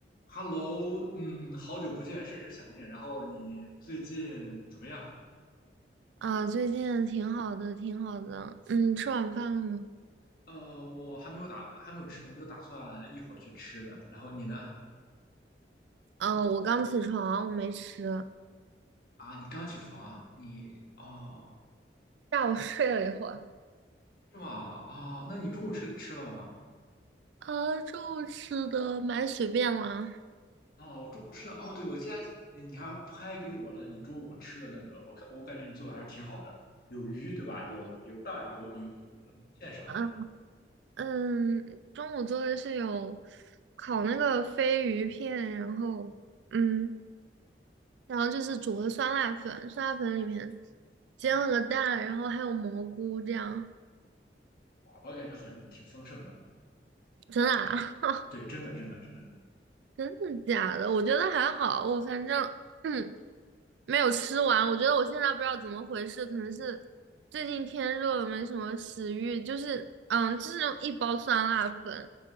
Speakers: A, on the left; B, on the right.
A: Hello，嗯，好久不见，甚是想念。然后你最近怎么样？
B: 啊，最近挺好的，挺好的。嗯，吃晚饭了吗？
A: 呃，我还没有打，还没有吃呢，我就打算一会儿去吃呢。然后你呢？
B: 哦，我刚起床，我没吃。
A: 啊，你刚起床啊你哦，
B: 下午睡了一会儿。
A: 是吗？啊，那你中午吃吃了吗？
B: 啊，中午吃的蛮随便啦。
A: 哦，中午吃的哦，对，我记得你你还拍给我了你中午吃的那个，我看我感觉你做的还是挺好的，有鱼对吧？有有蛋，有有有那个米线是吧？
B: 嗯嗯，中午做的是有烤那个飞鱼片，然后嗯，然后就是煮的酸辣粉，酸辣粉里面煎了个蛋，然后还有蘑菇这样。
A: 哇，我感觉很挺丰盛的。
B: 真的啊？<laughs>
A: 对，真的真的真的。
B: 真的假的？我觉得还好，我反正 <clears throat>。嗯没有吃完，我觉得我现在不知道怎么回事，可能是最近天热了，没什么食欲。就是，嗯，就是那种一包酸辣粉，